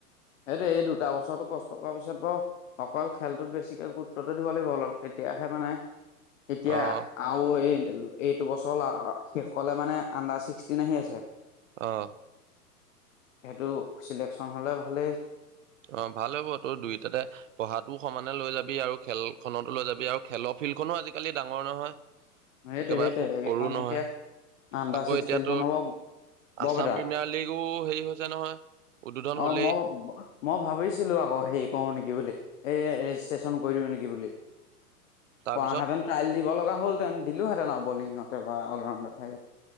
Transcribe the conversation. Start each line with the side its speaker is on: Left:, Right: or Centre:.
Left: সেইটো এই দুটা বছৰতো কষ্ট টকা পিছত বাৰু অকল খেলটোত বেছিকে গুৰুত্বতটো দিব লাগিব অলপ তেতিয়াহে মানে এতিয়া
Right: অ',
Left: আৰু এই এইটো বছৰ শেষ হলে মানে আণ্ডাৰ ছিক্সটিন আহি আছে।
Right: আহ।
Left: সেইটো চিলেকচন হ'লে ভালেই।
Right: অ', ভাল হব তই দুইটাতে পঢ়াতও সমানে লৈ যাবি আৰু খেলখনতো লৈ যাবি আৰু খেলৰ ফিল্ডখনো আজি কালি ডাঙৰ নহয়।
Left: সেইটোৱে
Right: একেবাৰে
Left: সেইটোৱে
Right: সৰু
Left: এইখন
Right: নহয়।
Left: এতিয়া আণ্ডাৰ
Right: আকৌ
Left: ছিক্সটিনখন
Right: এতিয়াতো
Left: হ'ব বৰপেটা
Right: আছাম প্ৰিমিয়াৰ লীগো হেৰি হৈছে নহয় উদ্বোধন
Left: অ
Right: হ'লেই।
Left: মই মই ভাবিছিলো আকৌ হেৰি কৰো নেকি বুলি এই ৰেজিষ্ট্ৰেশ্যন কৰি দিওঁ নেকি বুলি।
Right: তাৰপিছত
Left: কোৱাহেঁতেন ট্ৰাইেল দিব লগা হ'লহেতেন দিলোহেতেন বলিঙতে বা অলৰাউণ্ডাৰ